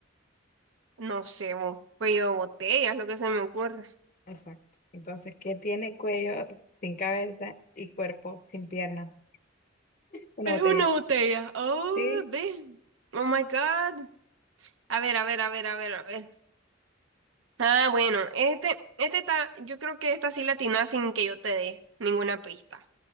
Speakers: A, on the right; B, on the left.
A: No sé, vos. Cuello de botella es lo que se me ocurre.
B: Exacto. Entonces, ¿qué tiene cuello sin cabeza y cuerpo sin pierna? Una
A: Es
B: botella.
A: una botella. Oh,
B: Sí.
A: ve. Oh my God. A ver, a ver, a ver, a ver, a ver. Ah, bueno, este, este está, yo creo que esta sí la atinás sin que yo te dé ninguna pista.